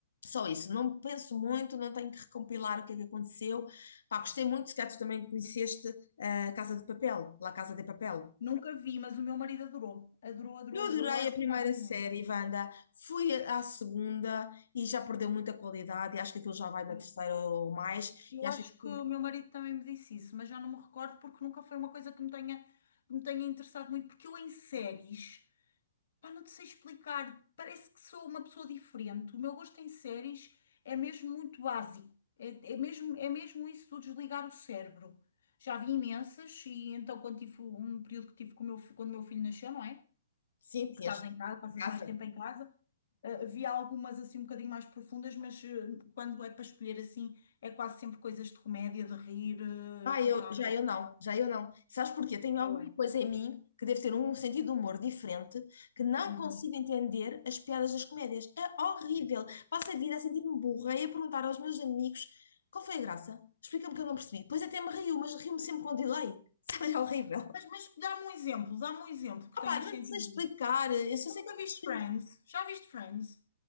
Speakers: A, on the left; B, on the left.
A: Só isso, não penso muito, não tenho que recompilar o que é que aconteceu. Pá, gostei muito, se calhar tu também conheceste a Casa de Papel, La Casa de Papel.
B: Nunca vi, mas o meu marido adorou. Adorou, adorou,
A: Eu
B: adorou.
A: adorei
B: Eu acho
A: a primeira
B: um bocado violento.
A: série, Wanda. Fui à segunda e já perdeu muita qualidade. E acho que aquilo já vai na
B: Pois.
A: terceira ou mais.
B: Eu
A: E acho
B: acho
A: que aquilo,
B: que o meu marido também me disse isso, mas já não me recordo porque nunca foi uma coisa que me tenha, que me tenha interessado muito, porque eu em séries. Pá, não te sei explicar. Parece que sou uma pessoa diferente. O meu gosto em séries é mesmo muito básico. É, é mesmo, é mesmo isso do desligar o cérebro. Já vi imensas e então quando tive um período que tive com o meu, fi- quando o meu filho nasceu, não é?
A: sim,
B: Que
A: tinhas
B: estás em casa, passas
A: casa.
B: mais tempo em casa. eh, vi algumas assim um bocadinho mais profundas, mas eh, quando é para escolher assim, é quase sempre coisas de comédia, de rir, eh,
A: Ah,
B: para
A: eu,
B: estar.
A: já eu não, já eu não. Sabes porquê? Tenho
B: Eu
A: alguma
B: é.
A: coisa em mim que deve ter um sentido de humor diferente, que não
B: Uhum.
A: consigo entender as piadas das comédias. É horrível. Passo a vida a sentir-me burra e a perguntar aos meus amigos qual foi a graça? Explica-me que eu não percebi. Pois até me rio, mas rio-me sempre com delay. <laughs> Sabe, é horrível.
B: Mas, mas dá-me um exemplo, dá-me um exemplo que
A: Opá,
B: tenhas
A: não
B: sentido
A: sei explicar.
B: isso.
A: Eu só
B: Nunca
A: sei que
B: viste
A: estes filmes,
B: Friends? Já viste Friends?